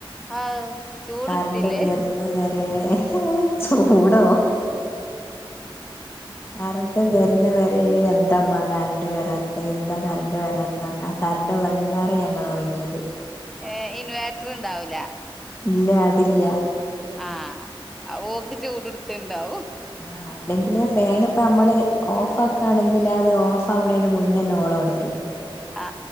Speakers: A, in the centre; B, on the left.
A: ആഹ് ചൂടെടുത്തില്ലേ
B: കറണ്ട് വരുന്ന വരെ ചൂടോ കറണ്ട് വരണ്ട വേ അതേ എന്താമ്മ കറണ്ട് വരാത്ത എന്താ കറണ്ട് വരാത്ത പറഞ്ഞാൽ കറണ്ട് വന്നാരേ ഞങ്ങള് ഉറങ്ങിയത്
A: ഏ ഇൻവേർറ്റർ ഇണ്ടാവൂല
B: ഇല്ല അതില്ല
A: ആഹ് അഹ് ഓക്ക് ചൂട് ട്ത്ത്ണ്ടാവും
B: ന്നാ അൽ അല്ലെങ്കിൽ ഫാന് ഇപ്പോം അമ്മള് ഓഫ് ആക്കുകയാണെങ്കിൽ അത് ഓഫ് ആവണേന് മുന്നന്നെ ഓള് ഒണരും
A: ആ